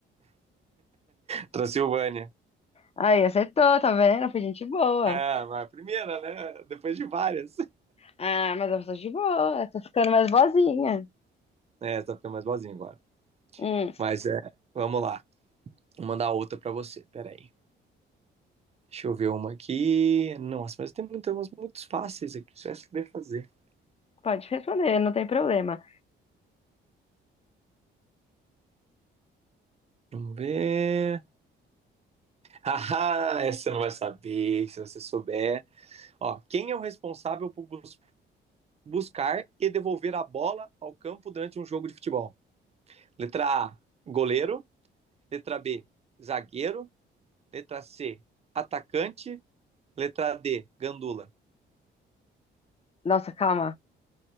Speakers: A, on the right; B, on the left.
A: Transilvânia.
B: Aí, acertou, tá vendo? Foi gente boa.
A: Ah, mas a primeira, né? Depois de várias.
B: Ah, mas eu sou de boa, tô ficando mais boazinha.
A: É, tá ficando mais boazinha agora.
B: Hum,
A: Mas é, vamos lá. Vou mandar outra pra você. Peraí. Deixa eu ver uma aqui. Nossa, mas tem muitas umas muito fáceis aqui. Só essa que deve fazer.
B: pode responder, não tem problema.
A: Vamos ver. <laughs> Ah, essa você não vai saber se você souber. Ó, quem é o responsável por, bus- buscar e devolver a bola ao campo durante um jogo de futebol? Letra A, goleiro. Letra B, zagueiro. Letra C, atacante. Letra D, gandula.
B: Nossa, calma.